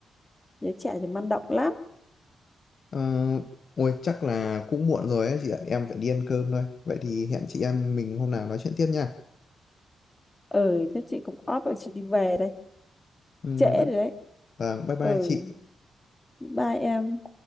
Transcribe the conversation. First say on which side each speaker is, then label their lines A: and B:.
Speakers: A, on the left; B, on the left.
A: giới trẻ thì man động lắm
B: Ờ, ôi chắc là cũng muộn rồi ấy chị ạ em phải đi ăn cơm thôi vậy thì hẹn chị em mình hôm nào nói chuyện tiếp nha
A: ờ chắc chị cũng off rồi chị đi về đây
B: ừ,
A: trễ
B: bye,
A: rồi đấy
B: vâng, bye bye
A: ừ
B: chị
A: bye em